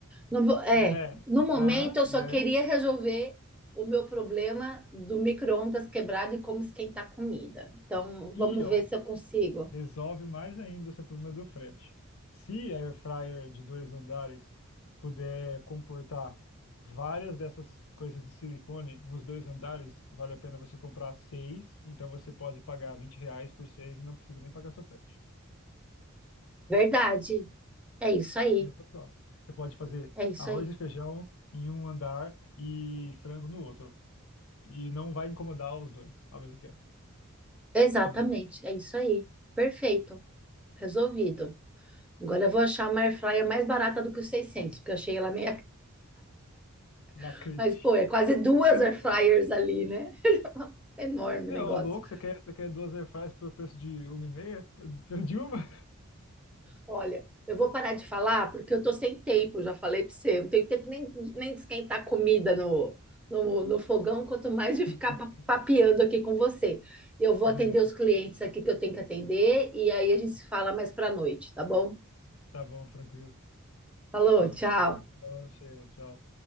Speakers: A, in the centre; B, on the left.
A: Não vou- é,
B: É,
A: no momento
B: ah,
A: eu só
B: né?
A: queria resolver o meu problema do micro-ondas quebrado e como esquentar comida. Então,
B: E
A: vamos
B: ó,
A: ver se eu consigo.
B: Resolve mais ainda o seu problema do frete. Se a air fryer de dois andares puder comportar várias dessas coisas de silicone nos dois andares, vale a pena você comprar seis. Então você pode pagar 20 reais por seis e não precisa nem pagar seu frete.
A: Verdade. É isso aí.
B: Pensa só. Você pode fazer
A: É isso
B: arroz
A: aí.
B: e feijão em um andar e frango no outro. E não vai incomodar os dois ao mesmo tempo
A: Exatamente.
B: também.
A: É isso aí. Perfeito. Resolvido. Agora eu vou achar uma air fryer mais barata do que os 600 porque eu achei ela meia.
B: Não
A: <laughs>
B: acredito.
A: Mas, pô, é quase duas
B: <laughs>
A: air fryers ali, né? Enorme
B: É,
A: o negócio.
B: ô louco, você quer, você quer duas airfryers pelo preço de uma e meia? <laughs> De uma?
A: Olha, eu vou parar de falar porque eu tô sem tempo, já falei para você. Eu Não tenho tempo nem, nem de esquentar comida no, no, no fogão, quanto mais
B: <laughs>
A: de ficar pa- papeando aqui com você. Eu vou
B: Beleza.
A: atender os clientes aqui que eu tenho que atender e aí a gente se fala mais para noite, tá bom?
B: Tá bom, tranquilo.
A: Falou, tchau.
B: Falou, Sheila. Tchau.